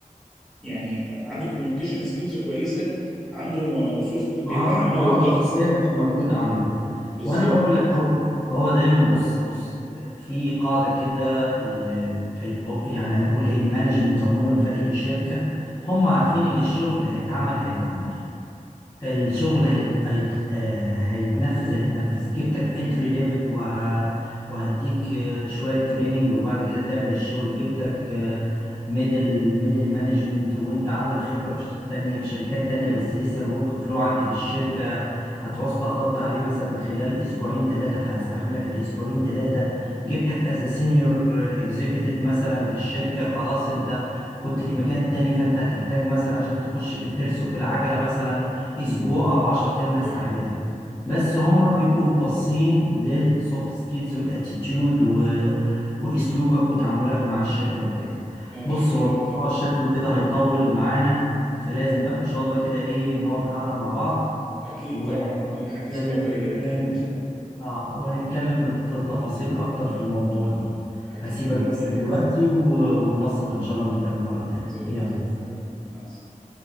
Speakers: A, in the centre; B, on the left (about 30°).
A: يعني عنده كوميونيكيشن سكيلز كويسة عنده سوفت بيتحمل
B: مهارة مهارة
A: الضغط
B: شخصية مش موجودة عند دي
A: بالظبط
B: وأنا بقول لك
A: بالظبط.
B: هو هو دايما بص بص في قاعدة كده ال ال يعني هنقول إيه المانجمنت عموما في أي شركة هم عارفين اللي الشغل هيتعمل هيتعمل الشغل هيت... هيت... آه، هيتنفذ هيتنفذ جبتك انتري
A: أيوه
B: ليفل وه... وهديك آه، شوية تريننج وبعد كده تعمل الشغل جبتك ميدل ميدل مانجمنت وانت عندك خبرة في تانية في شركات تانية بس لسه الورك فلو عندي في الشركة هتعوز تقضبط عليه مثلا خلال اسبوعين ثلاثة فهستحملك الاسبوعين ثلاثة جبتك از سينيور اكزيكتيف مثلا في الشركة خلاص انت كنت في مكان تاني فانت هتحتاج مثلا عشان تخش في الترس وفي العجلة مثلا اسبوع او 10 ايام هستحملها
A: صح. م-
B: بس هم
A: م.
B: بيبقوا باصين للسوفت سكيلز والاتيتيود و... واسلوبك وتعاملك مع الشركه وكده
A: أكيد
B: بص هو الموضوع
A: أكيد
B: شكله كده هيطول معانا فلازم بقى ان شاء الله كده ايه نقعد قاعده مع بعض
A: أكيد
B: و-
A: طبعا والحديث
B: ونتكلم
A: بقية
B: ونتكلم
A: أكيد إن شاء الله
B: اه ونتكلم بالتفاصيل اكتر في الموضوع دي
A: أكيد
B: هسيبك
A: أكيد
B: بس دلوقتي
A: يا محمد
B: و... وننسق ان شاء الله ونتقابل مره تانية
A: زي
B: يلا
A: الفل حبيبي مع السلامة